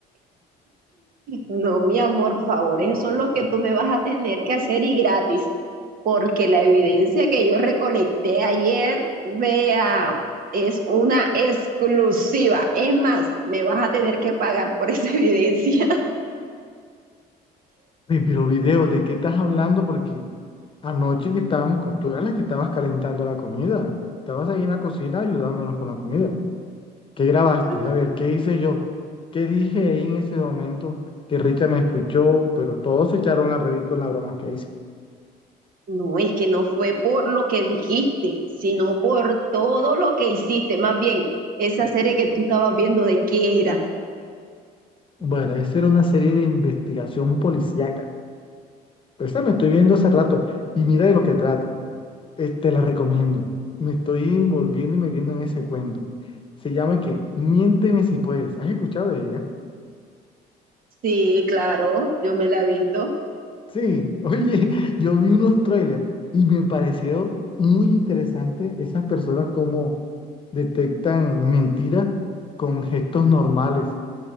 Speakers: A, on the right; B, on the left.
A: No, mi amor, favores son los que tú me vas a tener que hacer y gratis, porque la evidencia que yo recolecté ayer, vea, es una exclusiva. Es más, me vas a tener que pagar por esa <laughs> evidencia.
B: Oye, Pero video, ¿de qué estás hablando? Porque anoche que estábamos, con- tú eras la que estabas calentando la comida. Estabas ahí en la cocina ayudándonos con la comida. ¿Qué grabaste?
A: Ay.
B: A ver, ¿qué hice yo? ¿Qué dije ahí en ese momento que Richa me escuchó? Pero todos se echaron a reír con las bromas que hice.
A: No, es que no fue por lo que dijiste, sino por todo lo que hiciste. Más bien, esa serie que tú estabas viendo, ¿de qué era?
B: Bueno, esa era una serie de investigación policíaca. Esa me estoy viendo hace rato y mira de lo que trata. Eh, te la recomiendo. Me estoy envolviendo y metiendo en ese cuento. Se llama que Miénteme si puedes. ¿Has escuchado de ella?
A: Sí, claro, yo me la he visto.
B: Sí, oye, <laughs> yo vi unos trailers y me pareció muy interesante esas personas como detectan mentiras con gestos normales.